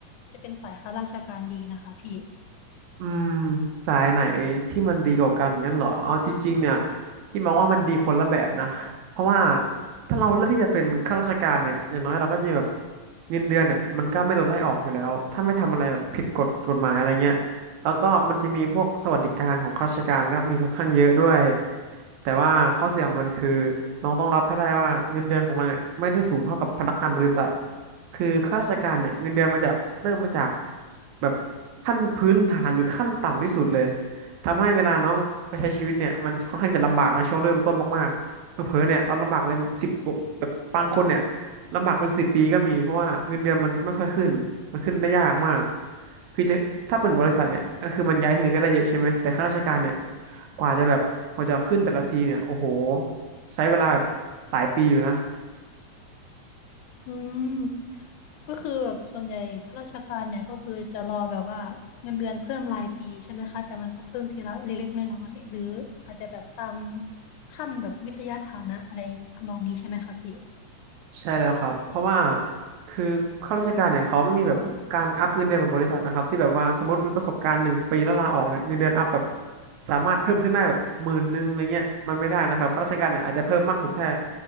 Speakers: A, on the left; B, on the right.
A: จะเป็นสายข้าราชการดีนะคะพี่
B: อืมสายไหนที่มันดีกว่ากันงั้นเหรอเอาจริงๆเนี่ยพี่มองว่ามันดีคนละแบบนะเพราะว่าถ้าเราเลือกที่จะเป็นข้าราชการเนี่ยอย่างน้อยเราก็จะแบบเงินเดือนเนี่ยมันก็ไม่โดนไล่ออกอยู่แล้วถ้าไม่ทำอะไรแบบผิดกฎกฎหมายอะไรเงี้ย แล้วก็มันจะมีพวกสวัสดิการของข้าราชการก็มีค่อนข้างเยอะด้วยแต่ว่าข้อเสียของมันคือน้องต้องรับให้ได้ว่าเงินเดือนของมันเนี่ยไม่ได้สูงเท่ากับพนักงานบริษัทคือข้าราชการเนี่ยเงินเดือนมันจะเริ่มมาจากแบบขั้นพื้นฐานหรือขั้นต่ำที่สุดเลยทำให้เวลาน้องไปใช้ชีวิตเนี่ยมันค่อนข้างจะลำบากในช่วงเริ่มต้นมากๆเผลอๆเนี่ยเราลำบากเป็นสิบแบบบางคนเนี่ยลำบากเป็นสิบปีก็มีเพราะว่าเงินเดือนมันไม่ค่อยขึ้นมันขึ้นได้ยากมาก คือจะถ้าเป็นบริษัทเนี่ยก็คือมันย้ายทีนึงก็ได้เยอะใช่ไหมแต่ข้าราชการเนี่ยกว่าจะแบบกว่าจะขึ้นแต่ละทีเนี่ยโอ้โหใช้เวลาแบบหลายปีอยู่นะ
A: อืมก็คือแบบส่วนใหญ่ข้าราชการเนี่ยก็คือจะรอแบบว่าเงินเดือนเพิ่มรายปีใช่ไหมคะแต่มันก็เพิ่มทีละเล็กๆน้อยๆหรืออาจจะแบบตามขั้นแบบวิทยาฐานะอะไรทำนองนี้ใช่ไหมคะพี่
B: ใช่แล้วครับเพราะว่าคือข้าราชการเนี่ยเขาไม่มีแบบการอัพเงินเดือนเหมือนบริษัทนะครับที่แบบว่าสมมติมีประสบการณ์หนึ่งปีแล้วลาออกเนี่ยเงินเดือนอัพแบบสามารถเพิ่มขึ้นได้แบบหมื่นหนึ่งอะไรเงี้ยมันไม่ได้นะครับข้าราชการเนี่ยอาจจะเพิ่มมากสุดแค่